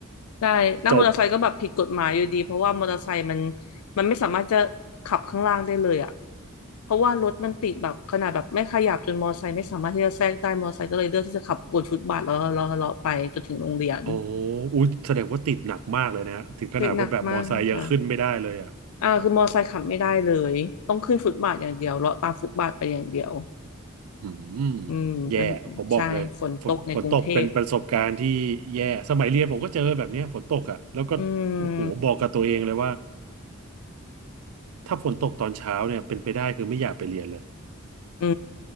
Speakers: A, on the left; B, on the right.
A: ได้นั่งมอเตอร์ไซค์ก็แบบผิดกฎหมายอยู่ดีเพราะว่ามอเตอร์ไซค์มัน
B: จบ
A: มันไม่สามารถจะขับข้างล่างได้เลยอ่ะเพราะว่ารถมันติดแบบขนาดแบบไม่ขยับจนมอเตอร์ไซค์ไม่สามารถที่จะแทรกได้มอเตอร์ไซค์ก็เลยเลือกที่จะขับบนฟุตบาทแล้วเลาะเลาะไปจนถึงโรงเรียน
B: โอ้อุ๊ยแสดงว่าติดหนักมากเลยนะฮะถึงขนาดว่าแบบมอไซค์ยังขึ้นไม่ได้เลยอ่ะ
A: ติดหนักมากค่ะอ่าคือมอเตอร์ไซค์ขับไม่ได้เลยต้องขึ้นฟุตบาทอย่างเดียวเลาะตามฟุตบาทไปอย่างเดียว
B: อืม
A: อืมเป็นใช่ฝนตกในกรุงเทพ
B: แย่ผมบอกเลยฝนฝนตกเป็นประสบการณ์ที่แย่สมัยเรียนผมก็เจอแบบเนี้ยฝนตกอ่ะแล้วก็โอ้โหบอกกับตัวเองเลยว่า
A: อืม
B: ถ้าฝนตกตอนเช้าเนี่ยเป็นไปได้คือไม่อยากไปเรียนเลย
A: อื